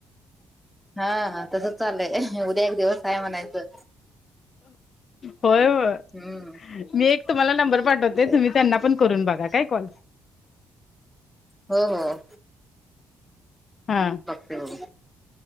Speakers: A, in the centre; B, on the left (about 50°).
A: हा तसच चालय उद्या एक दिवस काय म्हणायचं.
B: होय होय
A: हम्म
B: मी एक तुम्हाला नंबर पाठवतो. ते
A: तेच
B: तुम्ही त्यांना पण करून बघा काय कॉल.
A: हो हो
B: हा.
A: हॅलो.